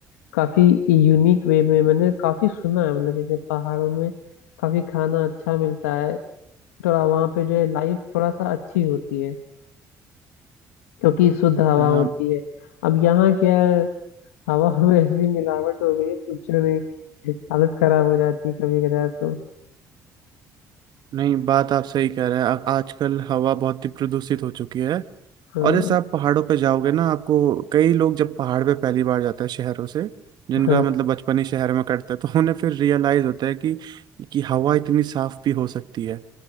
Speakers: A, on the left; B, on the right.
A: काफी यूनिक वे में मैंने काफी सुना है मतलब जैसे पहाड़ों में काफी खाना अच्छा मिलता है थोड़ा वहाँ पे जो है लाइफ थोड़ा सा अच्छी होती है क्योंकि शुद्ध हवा
B: हाँ
A: होती है अब यहाँ क्या है हवा <laughs> में ऐसी मिलावट हो गई है पूछो नहीं हालत खराब हो जाती है कभी कदार तो
B: नहीं बात आप सही कह रहे हैं आ- आजकल हवा बहुत ही प्रदूषित हो चुकी है
A: हाँ
B: और जैसे आप पहाड़ों पे जाओगे ना आपको कई लोग जब पहाड़ पे पहली बार जाते हैं शहरों से जिनका
A: हाँ
B: मतलब बचपन ही शहर में कटता है तो उन्हें फिर रियलाइज होता है कि कि हवा इतनी साफ भी हो सकती है